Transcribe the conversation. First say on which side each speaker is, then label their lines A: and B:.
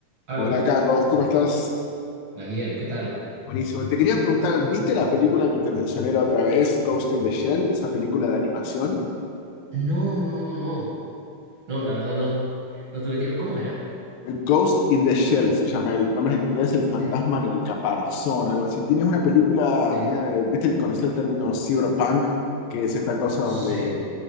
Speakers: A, on the right; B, on the left.
A: Aló,
B: Hola Carlos, ¿cómo estás?
A: Daniel, ¿qué tal?
B: Buenísimo. Te quería preguntar, ¿viste la película que te mencioné la otra vez, Ghost in the Shell, esa película de animación?
A: No, no, no, no. No, la verdad no. No tuve tiempo. ¿Cómo era?
B: Ghost in the Shell se llama el nombre en inglés, el fantasma
A: Sí,
B: en el caparazón, algo así. Tienes una película,
A: sí.
B: media de- ¿viste? el- conocer el término cyberpunk? Que es esta cosa
A: Sí,
B: donde